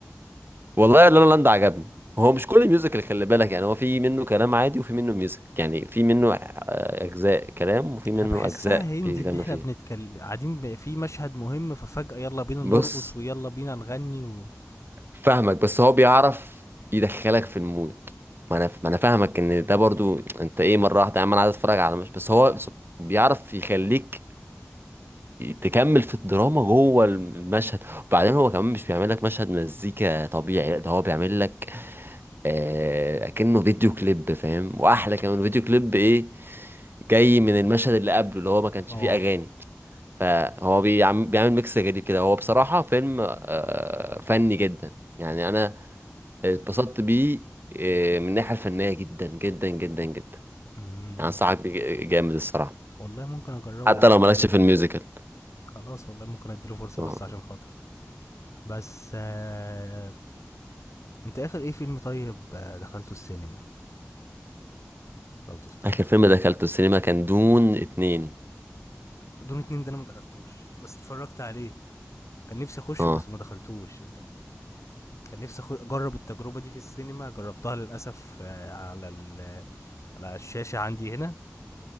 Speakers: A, on the right; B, on the left.
A: والله لا لا لاند عجبني هو مش كل الميوزك اللي خلي بالك يعني هو في منه كلام عادي وفي منه ميوزك يعني في منه آه، اجزاء كلام وفي منه
B: انا بحسها
A: اجزاء
B: هندي
A: بيتغنوا
B: اللي احنا
A: فيها
B: بنتكلم قاعدين ب- في مشهد مهم ففجاه يلا بينا
A: بص
B: نرقص ويلا بينا نغني و
A: فاهمك بس هو بيعرف يدخلك في المود ما انا ما انا فاهمك ان ده برضو انت ايه مره واحده يا عم انا عايز اتفرج على مش بس هو سب- بيعرف يخليك تكمل في الدراما جوه المشهد وبعدين هو كمان مش بيعمل لك مشهد مزيكا طبيعي لا ده هو بيعمل لك آه اكنه فيديو كليب فاهم واحلى كمان فيديو كليب ايه جاي من المشهد اللي قبله اللي هو ما كانش
B: اه
A: فيه اغاني فهو بيعمل بيعمل ميكس غريب كده هو بصراحه فيلم آه فني جدا يعني انا اتبسطت بيه آه، من الناحية الفنية جدا جدا جدا جدا
B: أمم،
A: يعني أنصحك بيه جامد الصراحة
B: والله ممكن اجربه
A: حتى
B: قشطه
A: لو مالكش
B: ماشي
A: في الميوزيكال
B: خلاص والله ممكن اديله فرصه
A: اه
B: بس عشان خاطرك بس آه... انت اخر ايه فيلم طيب آه، دخلته السينما لو تفتكر
A: آخر فيلم دخلته السينما كان دون اتنين
B: دون اتنين ده انا ما دخلتوش بس اتفرجت عليه كان نفسي اخشه
A: اه
B: بس ما دخلتوش كان نفسي أخو- اجرب التجربه دي في السينما جربتها للاسف آه، على ال- على الشاشه عندي هنا